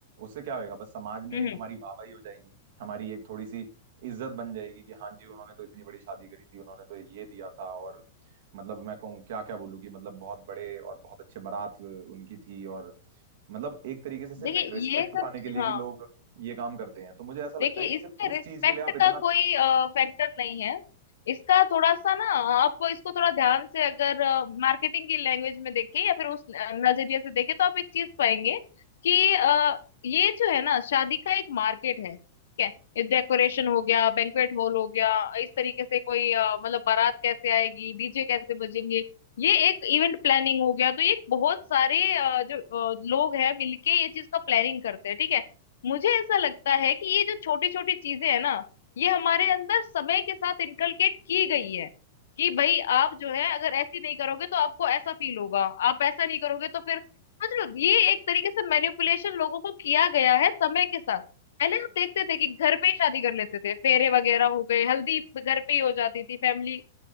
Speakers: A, on the right (about 65°); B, on the left (about 85°).
A: उससे क्या होएगा बस समाज में
B: हम्म।
A: एक हमारी वाहवाही हो जाएगी हमारी एक थोड़ी सी इज्जत बन जाएगी कि हाँ जी उन्होंने तो इतनी बड़ी शादी करी थी उन्होंने तो ये दिया था और मतलब मैं कहूँ क्या क्या बोलूँ कि मतलब बहुत बड़े और बहुत अच्छे बारात अ, उनकी थी और मतलब एक तरीके से सिर्फ
B: देखिए
A: एक रिस्पेक्ट
B: ये सब
A: पाने के लिए ही
B: हाँ
A: लोग ये काम करते हैं तो मुझे ऐसा लगता
B: देखिए
A: है कि
B: इसमें
A: सिर्फ उस
B: रिस्पेक्ट
A: चीज के लिए आप इतना
B: का कोई फैक्टर नहीं है इसका थोड़ा सा ना आप इसको थोड़ा ध्यान से अगर मार्केटिंग की लैंग्वेज में देखें या फिर उस नजरिए से देखें तो आप एक चीज पाएंगे कि अ, ये जो है ना शादी का एक मार्केट है ठीक है डेकोरेशन हो गया बैंक्वेट हॉल हो गया इस तरीके से कोई अ, मतलब बारात कैसे आएगी डीजे कैसे बजेंगे ये एक इवेंट प्लानिंग हो गया तो ये बहुत सारे अ, जो अ, लोग हैं मिलके ये चीज का प्लानिंग करते हैं ठीक है मुझे ऐसा लगता है कि ये जो छोटी छोटी चीजें है ना ये हमारे अंदर समय के साथ इनकलकेट की गई है कि भाई आप जो है अगर ऐसी नहीं करोगे तो आपको ऐसा फील होगा आप ऐसा नहीं करोगे तो फिर समझ लो ये एक तरीके से मैनिपुलेशन लोगों को किया गया है समय के साथ पहले हम देखते थे कि घर पे ही शादी कर लेते थे फेरे वगैरह हो गए हल्दी घर पे ही हो जाती थी फैमिली